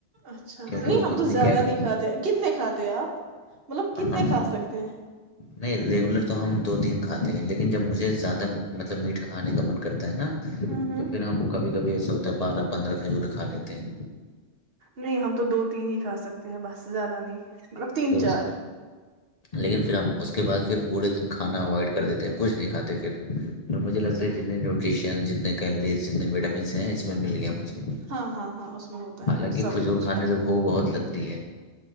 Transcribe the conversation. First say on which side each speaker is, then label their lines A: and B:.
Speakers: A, on the right; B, on the left.
A: اچھا
B: کیونکہ
A: نہیں
B: وہ
A: ہم
B: اتنی
A: تو زیادہ
B: کیل
A: نہیں کاتے ہیں کتنے کھے تھے آپ مطلب کتنے
B: ہم
A: کھا سکتے ہیں
B: نہیں ریگولر تو ہم دو تین کھاتے ہیں لیکن جب مجھے زیادہ مطلب میٹھا کھانے کا من کرتا ہے نا
A: ہوں ہوں
B: تو پھر ہم کبھی کبھی ایسا ہوتا ہے بارہ پندرہ کھجور دکھا لیتے ہیں
A: نہیں ہم تو دو تین ہی کھا سکتے ہیں بس زیادہ نہیں مطلب تین
B: پھر
A: چار
B: اس لیکن پھر ہم اس کے بعد پھر پورے دن کھانا اوائڈ کر دیتے ہیں کچھ نہیں کھاتے پھر تو مجھے
A: اچھا
B: لگتا ہے جتنے نیوٹریشن ج کیلریز جتنے وٹامنس ہیں مل گیا مجھے
A: ہاں ہاں ہاں اس میں ہوتا
B: حالانکہ
A: ہے وہ سب
B: کھجور
A: کچھ
B: کھانے سے ب بہت لگ تی ہے